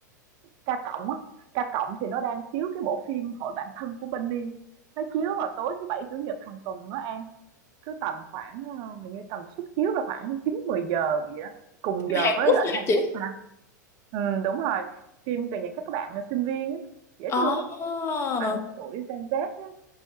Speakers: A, on the right; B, on the left.
A: K Cộng á, K Cộng thì nó đang chiếu cái bộ phim Hội bạn thân của Benny. Nó chiếu vào tối thứ Bảy, Chủ nhật hàng tuần á An. Cứ tầm khoảng, ờ, hình như tầm suất chiếu là khoảng chín mười giờ vậy đó. Cùng giờ
B: Hàn
A: với
B: Quốc
A: lại
B: hả
A: Hàn
B: chị?
A: Quốc mà. Ừ, đúng rồi. Phim về những các bạn là sinh viên á. Dễ
B: Oh,
A: thương lắm. Các bạn tuổi Gen Z á.